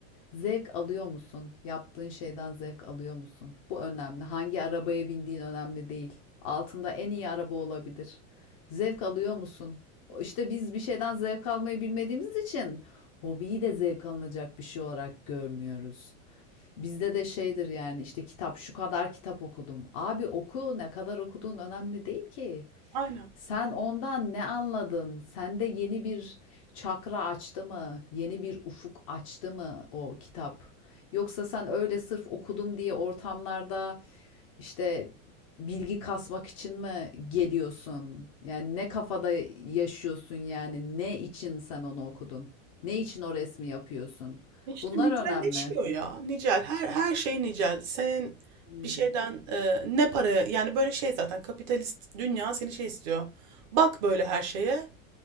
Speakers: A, on the left (about 25°); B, on the right (about 35°).
A: Zevk alıyor musun? Yaptığın şeyden zevk alıyor musun? Bu önemli. Hangi arabaya bindiğin önemli değil. Altında en iyi araba olabilir. Zevk alıyor musun? İşte biz bir şeyden zevk almayı bilmediğimiz için hobiyi de zevk alınacak bir şey olarak görmüyoruz. Bizde de şeydir yani işte kitap şu kadar kitap okudum. Abi oku ne kadar okuduğun önemli değil ki.
B: aynen.
A: Sen ondan ne anladın? Sende yeni bir çakra açtı mı? Yeni bir ufuk açtı mı o kitap? Yoksa sen öyle sırf okudum diye ortamlarda işte bilgi kasmak için mi geliyorsun? Yani ne kafada yaşıyorsun yani? Ne için sen onu okudun? Ne için o resmi yapıyorsun?
B: İşte
A: Bunlar
B: nicelleşiyor
A: önemli.
B: ya. Nicel. Her, her şey nicel. Senin
A: Hmm.
B: bir şeyden e, ne paraya yani böyle şey zaten kapitalist dünya seni şey istiyor. Bak böyle her şeye.